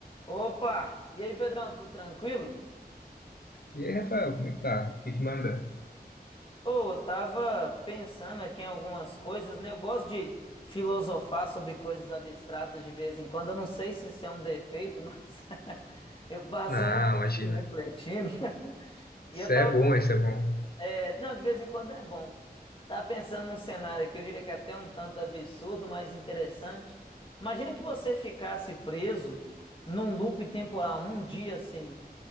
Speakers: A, on the left; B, on the left.
A: Opa! E aí, Pedrão, tudo tranquilo?
B: E aí, Rafael, como é que tá? O que que manda?
A: Pô, eu tava pensando aqui em algumas coisas, né? Eu gosto de filosofar sobre coisas abstratas de vez em quando. Eu não sei se isso é um defeito, mas <laughs> eu passo
B: Não,
A: um tempinho
B: imagina.
A: refletindo. <laughs> E
B: Isso
A: eu
B: é
A: tava.
B: bom, isso é bom.
A: é, Não, de vez em quando é bom. Tava pensando num cenário aqui, eu diria que é até um tanto absurdo, mas interessante. Imagina que você ficasse preso num loop temporal, num dia assim.